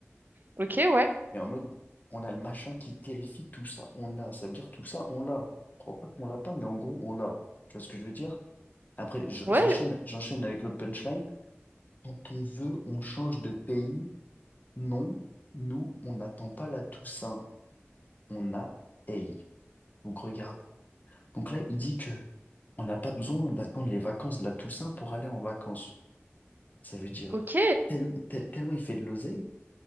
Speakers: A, on the right; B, on the left.
A: Ok, ouais.
B: Et en mode, on a le machin qui terrifie, tout ça, on l'a. Ça veut dire tout ça, on l'a. Je crois pas qu'on l'a pas, mais en gros, on l'a. Tu vois ce que je veux dire? Après, je-
A: Ouais,
B: j'enchaîne, j'enchaîne avec l'autre punchline. Quand on veut, on change de pays. Non, nous, on n'attend pas la Toussaint. On a Hey. Donc regarde. Donc là, il dit que on n'a pas besoin d'attendre les vacances de la Toussaint pour aller en vacances. Ça veut dire
A: ok.
B: tel- tel- tellement il fait de l'oseille